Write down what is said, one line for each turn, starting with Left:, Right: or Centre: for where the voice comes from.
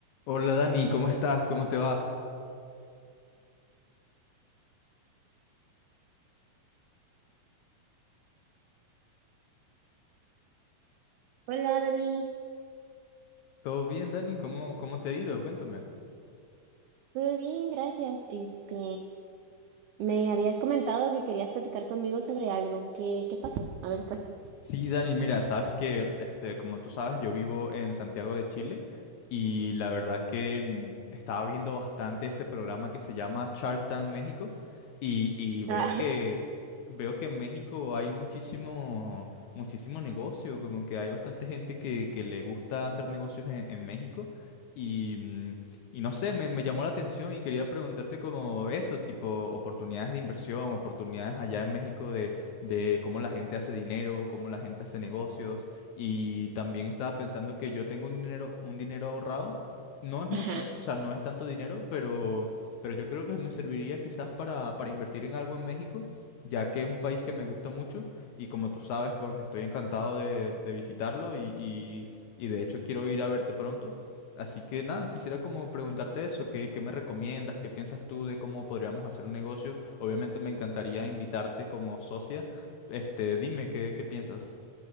Left: Hola Dani, ¿cómo estás? ¿Cómo te va?
Right: Hola Dani,
Left: ¿Todo bien, Dani? ¿Cómo, cómo te ha ido? Cuéntame.
Right: todo bien, gracias. Este, me habías comentado que querías platicar conmigo sobre algo. ¿Qué, qué pasó? A ver, cuéntame.
Left: Sí, Dani, mira, sabes que, este, como tú sabes, yo vivo en Santiago de Chile y la verdad que mm, estaba viendo bastante este programa que se llama Shark Tank México y, y veo
Right: Ah,
Left: que veo que en México hay muchísimo muchísimo negocio, como que hay bastante gente que, que le gusta hacer negocios en, en México y, mm, y no sé, me, me llamó la atención y quería preguntarte como eso, tipo oportunidades de inversión, oportunidades allá en México de cómo la gente hace dinero, cómo la gente hace negocios. Y también estaba pensando que yo tengo un dinero, un dinero ahorrado. No es
Right: <laughs>
Left: mucho,
Right: ajá.
Left: o sea, no es tanto dinero, pero, pero yo creo que me serviría quizás para, para invertir en algo en México, ya que es un país que me gusta mucho y como tú sabes, pues estoy encantado de, de visitarlo y, y, y de hecho quiero ir a verte pronto. Así que nada, quisiera como preguntarte eso, ¿qué, qué me recomiendas? ¿Qué piensas tú de cómo podríamos hacer un negocio? Obviamente me encantaría invitarte como socia este, dime qué, qué piensas.